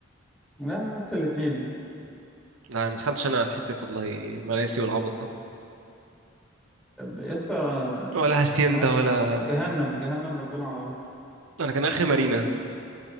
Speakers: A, in the centre; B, on the right.
A: لا رحت الاثنين
B: لا ما دخلتش انا حته والله مراسي والعبط ده
A: يسطا
B: ولا هاسيندا
A: جه...
B: ولا
A: جهنم جهنم ربنا على الارض
B: انا كان اخري مارينا